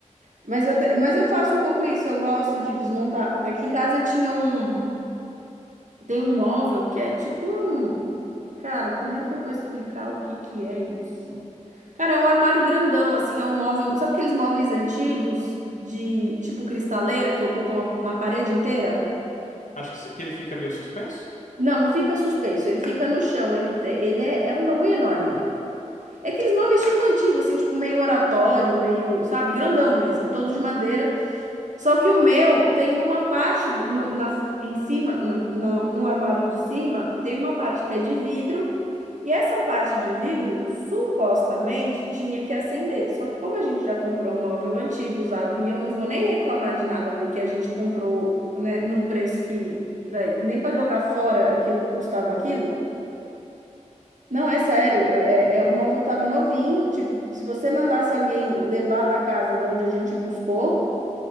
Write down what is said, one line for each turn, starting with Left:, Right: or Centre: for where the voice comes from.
Right: Mas eu, te- mas eu faço um pouco isso, eu gosto de desmontar. Aqui em casa tinha um, tem um móvel que é tipo um, cara, como é que eu vou explicar o que que é isso? Cara, é um armário grandão, assim, é um móvel, sabe aqueles móveis antigos de tipo cristaleira que ocupam uma uma parede inteira?
Left: Acho que, se- que ele fica meio suspenso.
Right: Não, não fica suspenso, ele fica no chão, ele, te- ele é, é um bagulho enorme. É aqueles móveis tipo antigo, assim, tipo meio oratório, meio, sabe, grandão mesmo, todo de madeira. Só que o meu tem uma parte no- na, em cima, na- na- no armário de cima, tem uma parte que é de vidro, e essa parte de vidro supostamente tinha que acender. Só que como a gente já comprou um móvel antigo, usado, e eu não vou nem reclamar de nada, porque a gente comprou, né, num preço que, véi, nem para jogar fora aquilo custava aquilo. Não, é sério, eu- é, é- o móvel tava novinho, tipo, se você mandasse alguém levar da casa de onde a gente buscou,